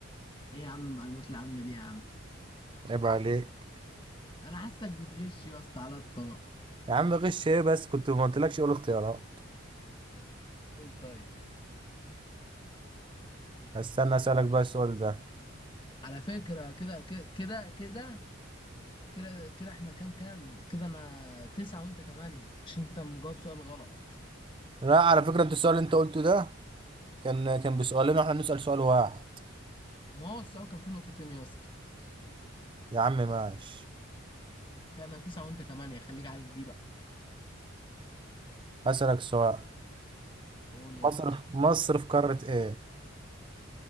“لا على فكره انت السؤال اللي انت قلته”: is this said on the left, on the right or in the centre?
Right